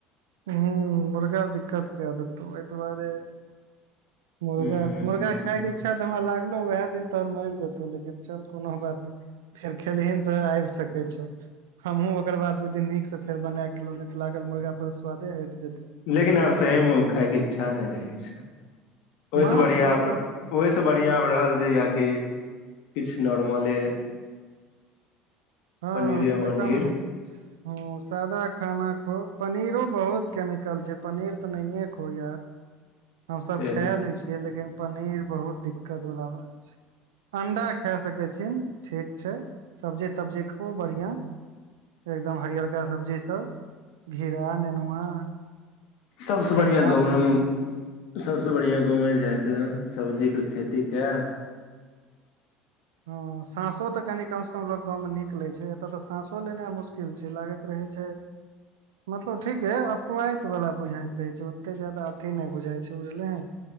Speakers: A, on the right; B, on the left.
A: हूँ मुर्गा दिकत के दतौ दुआरे, मुर्गा
B: ह
A: मुर्गा खायके इच्छा तऽ हमरा लागलो उह दिन तोहर मरि जेतौ लेकिन चल कोनो बात नहि। फेर खेलिहन तऽ आबि सकै छ। हमहुँ ओकर बाद दू दिन नीक से फेर बनाय खेलहु नहि तऽ लागल मुर्गा पर स्वादे हट जेते।
B: लेकिन आब सहीमे ओ खायके इच्छा नहि रहै छै ओहिसँ
A: माछ
B: बढ़िआँ।
A: हो
B: ओहिसँ बढ़िआँ आबि रहल छै याकि किछु नॉर्मले,
A: हँ
B: पनीर य
A: एकदम
B: उनीर
A: ह सादा खाना खो पनीरो बहुत केमिकल छै पनीर तऽ नहिे खो यार। हम सब
B: से
A: खाय ले छियै लेकिन पनीर बहुत दिक्क, बात छै अंडा खाय सकै छी ठीक छै। सब्जी तब्जी खूब बढ़आं। एकदम हरियरका सब्जी सब घिरा नेनुआ।
B: सभसँ
A: झिंगा
B: बढ़िआँ गाँवमे।
A: झुमनी
B: सभसँ बढ़िआँ गाँवमे जाय कऽ सब्जीके खेती कऽ
A: हँ साँसो तऽ कनि कम से कम लोक गाँव मे निक लै छै एतऽ तऽ साँसो लेनाइ मुशक किल छै लागैत रहै छै मतलब ठीके अपवाहित वला बुझाइत रहे छै ओते जदा अथी नहि बुझाइ छै बुझलीहीन।